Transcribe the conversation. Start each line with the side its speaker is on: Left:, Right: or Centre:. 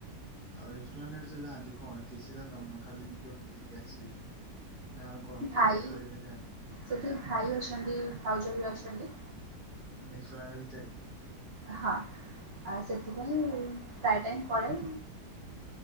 Centre: ଆଉ ଏକ୍ସପ୍ଲାନେଟ ଜ ଯାଆନ୍ତି କଣ କିଛି ତ କାମ ଖାଲି ଯିବେ ବୁଲିକି ଆସିବେ। ନା ଆଉ କଣ କିଣାକିଣି
Right: ଭାଇ
Centre: କରିବା ପାଇଁ ଯାଆନ୍ତି
Right: ସେଠି ଭାଇ ଅଛନ୍ତି ଭାଉଜ ବି ଅଛନ୍ତି।
Centre: ମାନେ ଏକ୍ସପ୍ଲାନେଟ୍ ଭିତରେ।
Right: ହଁ ଆ ସେଥିପାଇଁ ପ୍ରାୟ ଟାଇମ୍ ପଳାଇ।